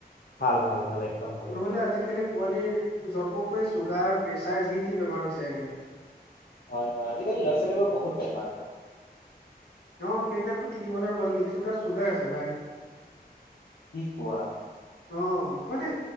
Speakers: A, on the left (about 65°); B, on the left (about 85°).
A: ভাল ভাল ভাল একদম ভাল একদম
B: নহ'লে
A: ভাল
B: আজিকালি পোৱালিৰ জন্ম হৈ চুগাৰ প্ৰেচাৰ যি টি বেমাৰ হৈছে আগে
A: হয়, হয় আজিকালি ল'ৰা ছোৱালীৰ বহুত বেমাৰ।
B: অ', সেইদিনা মই তিনি বছৰ পোৱালি দেখিছোঁ তাৰ চুগাৰ আছে ভাই।
A: কি কোৱা?
B: অ', মানে